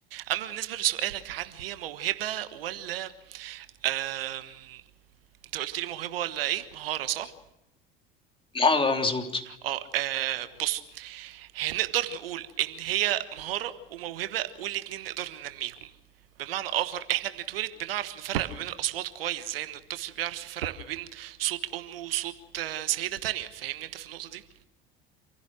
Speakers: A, on the right; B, on the left.
A: اما بالنسبة لسؤالك عن هي موهبة ولا آم، انت قلت لي موهبة ولا ايه مهارة صح
B: مهارة آه، مظبوط
A: اه آه، بص هنقدر نقول ان هي مهارة وموهبة والاتنين نقدر ننميهم بمعنى اخر احنا بنتولد بنعرف نفرق ما بين الاصوات كويس زي ان الطفل بيعرف يفرق ما بين صوت امه وصوت آه، سيدة تانية فاهمني انت في النقطة دي